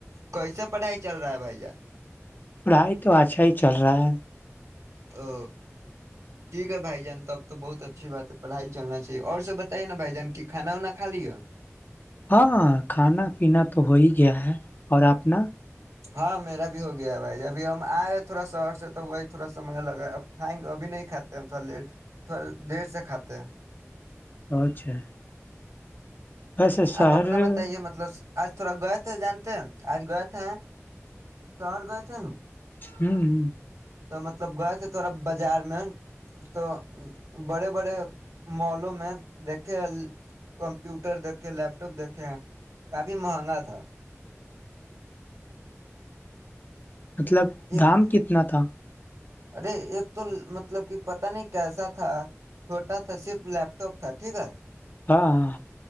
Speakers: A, on the right (about 80°); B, on the left (about 40°).
A: کیسے پڑھائی چل رہا ہے بھائی جان
B: پڑھائی تو اچھا ہی چل رہا ہے
A: او ٹھیک ہے بھائی جان تب تو بہت اچھی بات ہے پڑھائی چلنا چاہیے اور سب بتائیے نا بھائی جان کہ کھانا وناا خا لی ہے
B: ہاں کھانا پینا تو ہو ہی گیا ہے اور اپپنا
A: ہاں میرا بھی ہو گیا ہے بھائی ابھی ہم آئے تھوڑا شہر سے تو وہی تھوڑا سام لگا ہے اب کھائیں گے ابھی نہیں کھاتے ہم تھوڑا دیر تھوڑا دیر سے کھاتے ہیں
B: اچھا ویسے شہر
A: آپ اپنا
B: ہوں
A: بتائیے مطلب آج تھوڑا گئے تھے جانتے ہیں آج گئے تھے شہر گئے تھے ن
B: ہوں ہ
A: تو مطلب گئے تھے تھوڑا بازار میں تو بڑے بڑے مالوں میں دیکھے کمپیوٹر دیکھے لیپ ٹاپ دیکھے کافی مہنگا تھا
B: مطلب
A: ایک
B: دام کتنا تھا
A: ارے ایک تو مطلب کہ پتا نہیں کیسا تھا چھوٹا تھا صرف لیپ ٹاپ تھا ٹھیک ہے
B: ہاں ہاں